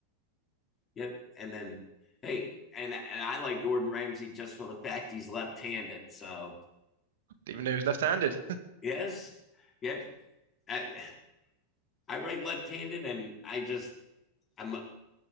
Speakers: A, on the left; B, on the right.
A: Yep. And then hey, and and I like Gordon Ramsay just for the fact he's left-handed. So
B: Even though he's left-handed,
A: yes, yep. I, I write left-handed, and I just I'm